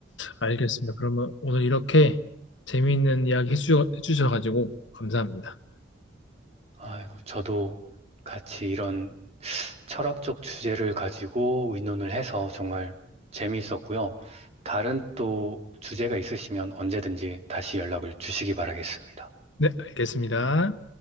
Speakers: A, on the left; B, on the right.
A: 알겠습니다. 그러면 오늘 이렇게 재미있는 이야기 해주- 해주셔가지고 감사합니다.
B: 아이고, 저도 같이 이런 철학적 주제를 가지고 의논을 해서 정말 재미있었고요. 다른 또 주제가 있으시면 언제든지 다시 연락을 주시기 바라겠습니다.
A: 네, 알겠습니다.